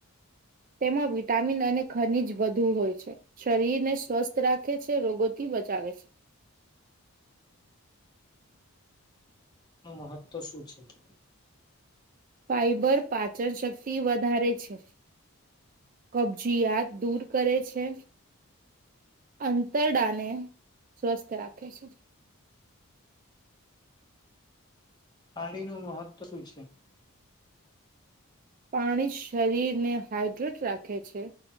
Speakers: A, on the right; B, on the left.
A: તેમાં વિટામિન અને ખનીજ વધુ હોય છે શરીરને સ્વસ્થ રાખે છે રોગોથી બચાવે છે
B: નું મહત્વ શું છે
A: ફાઈબર પાચનશક્તિ વધારે છે કબજીયાત દૂર કરે છે અંતરડાને સ્વસ્થ રાખે છે
B: પાણી નું મહત્વ શું છે
A: પાણી શરીરને હાઈડ્રેટ રાખે છે.